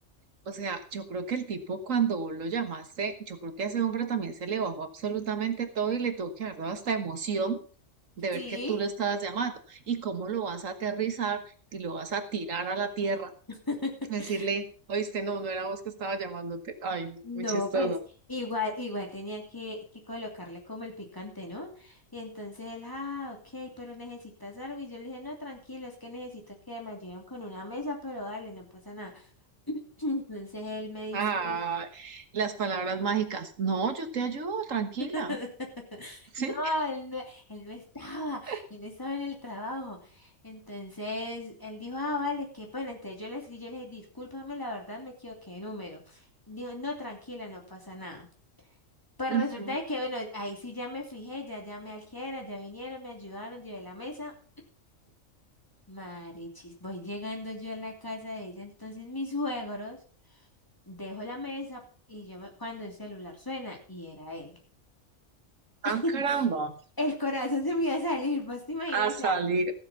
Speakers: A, on the right; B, on the left.
A: O sea, yo creo que el tipo cuando vos lo llamaste, yo creo que a ese hombre también se le bajó absolutamente todo y le tuvo que haber dado hasta emoción de
B: sí.
A: ver que tú lo estabas llamando y cómo lo vas a aterrizar y lo vas a tirar a la tierra,
B: <laughs>
A: decirle, oíste, no, no era vos que estaba llamándote. Ay, no,
B: No,
A: muy chistoso.
B: pues igual, igual tenía que, que colocarle como el picante, ¿no? Y entonces él, ah, ok, pero necesitas algo. Y yo le dije, no, tranquilo, es que necesito que me ayuden con una mesa, pero dale, no pasa nada. <clears throat> Entonces él me dice,
A: Ay, las palabras mágicas. No, yo te ayudo, tranquila.
B: <laughs>
A: Sí.
B: no, él no, él no estaba,
A: <laughs>
B: él estaba en el trabajo. Entonces él dijo, ah, vale, qué pena. Entonces yo le escribí, yo le dije, discúlpame, la verdad me equivoqué de número. Dijo, no, tranquila, no pasa nada. Pues
A: Ujú.
B: resulta de que, bueno, ahí sí ya me fijé, ya llamé al que era, ya vinieron, me ayudaron, llevé la mesa. Marechis, voy llegando yo a la casa de ese entonces mis suegros, dejo la mesa y yo me- cuando el celular suena y era él.
A: Ah,
B: <laughs>
A: caramba,
B: El corazón se me iba a salir, vos te imaginas,
A: a salir.
B: o sea,